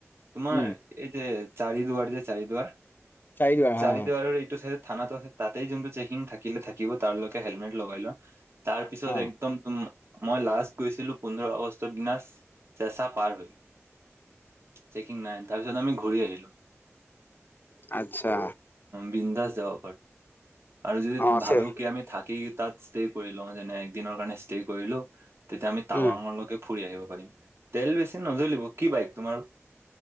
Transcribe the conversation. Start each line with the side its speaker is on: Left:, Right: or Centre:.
Right: তোমাৰ
Left: উম
Right: এই যে চাৰিদুৱাৰ যে চাৰিদুৱাৰ
Left: চাৰিদুৱাৰ হা
Right: চাৰিদুৱাৰৰ এইটো থানাতো আছে তাতেই যোনটো চেকিং থাকিলে। থাকিব তাৰলকে হেলমেট লগাই লোৱা তাৰ পিছত
Left: অ
Right: একদম তুম মই লাষ্ট গৈছিলো পোন্ধৰ আগষ্টৰ দিনা চেঁচা পাৰ হৈ চেকিং নাই। তাৰপিছত আমি ঘূৰি আহিলো
Left: আচ্ছা
Right: বিন্দাস দেও আৰু যদি
Left: অ আছে
Right: ভাবেও কি আমি থাকি তাত- ষ্টে কৰি লো যেনে এক দিনৰ কাৰণে ষ্টে কৰিলোঁ। তেতিয়া আমি টাৱাঙলৈকে
Left: উম
Right: ফুৰি আহিব পাৰিম। তেল বেছি নজ্বলিব। কি বাইক তোমাৰ?